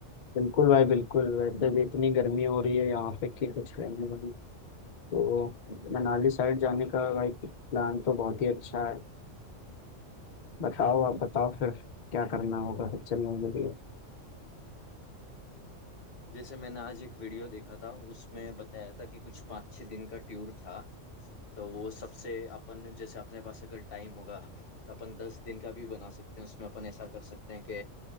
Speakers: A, on the left; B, on the left.
A: बिल्कुल भाई बिल्कुल वैसे भी इतनी गर्मी हो रही है यहाँ पे कि कुछ कहने बनी तो मनाली साइड जाने का भाई प्लान तो बहुत ही अच्छा है बताओ आप बताओ फिर क्या करना होगा फिर चलने के लिए
B: जैसे मैंने आज एक वीडियो देखा था उसमें बताया था कि कुछ पाँच छः दिन का टूर था तो वो सबसे अपन जैसे अपने पास अगर टाइम होगा तो अपन दस दिन का भी बना सकते हैं उसमें अपन ऐसा कर सकते हैं कि